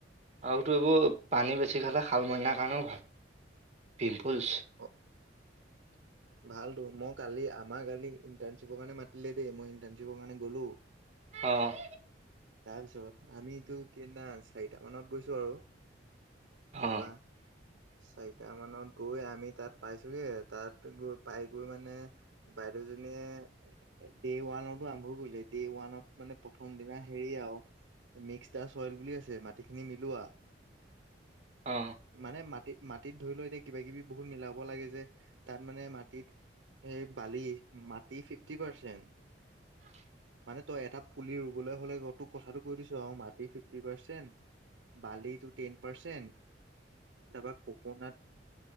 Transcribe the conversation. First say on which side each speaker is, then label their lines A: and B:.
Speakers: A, on the right; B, on the right.
A: আৰুটো এইবোৰ পানী বেছি খালে শালমইনাৰ কাৰণেও ভাল পিম্পুলছ।
B: <inaudible> ভালতো মই কালি আমাৰ কালি ইণ্টাৰ্ণশ্বিপৰ কাৰণে মাতিলে দেই মই ইণ্টাৰ্ণশ্বিপৰ কাৰণে গ'লো।
A: অ'।
B: তাৰপিছত আমিতো সিদনা চাৰিটা মানত গৈছোঁ আৰু।
A: অ
B: তাৰপা চাৰিটা মানত গৈ আমি তাত পাইছোঁগে তাত গৈ পাই গৈ মানে বাইদেউজনীয়ে ডে ওৱানৰতো আৰম্ভ কৰিলে ডে ওৱানত মানে প্ৰথম দিনা হেৰি আৰু মিক্সটাস্ক অইল বুলি আছে মাটিখিনি মিলোৱা।
A: অ'।
B: মানে মাটিত, মাটিত ধৰি লৈ এতিয়া কিবা কিবি বহুত মিলাব লাগে যে তাত মানে মাটিত এই বালি মাটি ফিফটি পাৰ্চেণ্ট।
A: <inaudible>
B: মানে তই এটা পুলি ৰুবলৈ হ'লে তোক কথাটো কৈ দিছোঁ আৰু মাটি ফিফটি পাৰ্চেণ্ট বালিটো টেন পাৰ্চেণ্ট, তাৰপা ক'কনাত